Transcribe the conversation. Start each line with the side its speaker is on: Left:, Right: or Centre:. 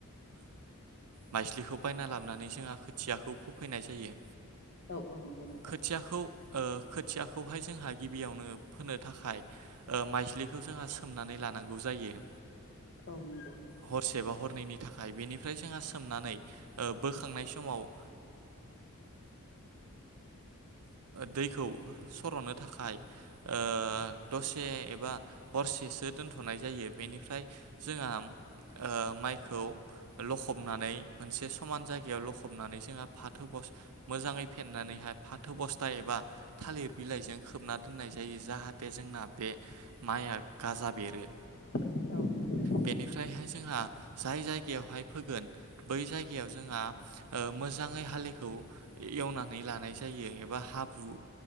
Right: माइस्लिखौ बायना लाबोनानै जोंहा खोथियाखौ फोफैनाय जायो।
Left: औ औ नंगौ नोंथां।
Right: खोथियाखौ ओ खोथियाखौहाय जोंहा गिबियावनो फोनो थाखाय ओ माइस्लिखौ जोंहा सोमनानै लानांगौ जायो।
Left: औ नंगौ
Right: हरसे बा हरनैनि थाखाय बेनिफ्राय जोंहा सोमनानै। ओ बोखांनाय समाव ओ। दैखौ सर'नो थाखाय ओ दसे एबा हरसेसो दोनथ'नाय जायो। बेनि ओमफ्राय जोंहा ओ माइखौ लखबनानै मोनसे समान जायगायाव लखबनानै जोंहा फाथो बस्था मोजाङै फेनानैहाय फाथो बस्था एबा थालिर बिलाइजों खोबना दोननाय जायो जाहाथे जोंना बे माइआ गाजा बेरो।
Left: औ नंगौ नोंथां
Right: बेनिफ्रायहाय जोंहा जाय जायगायावहाय फोगोन बै जायगायाव जोंहा मोजाङै हालिखौ एवनानै लानाय जायो एबा हाब्रु